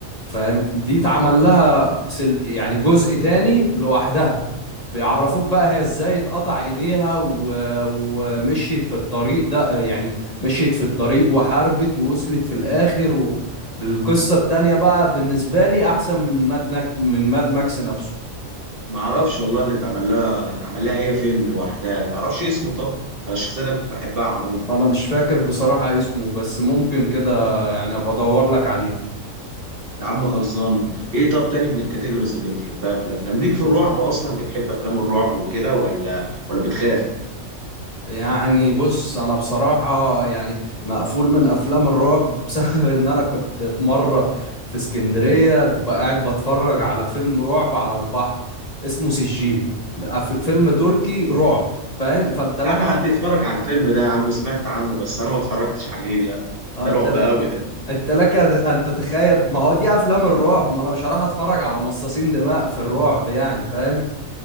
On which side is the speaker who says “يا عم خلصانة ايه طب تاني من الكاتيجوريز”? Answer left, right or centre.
Right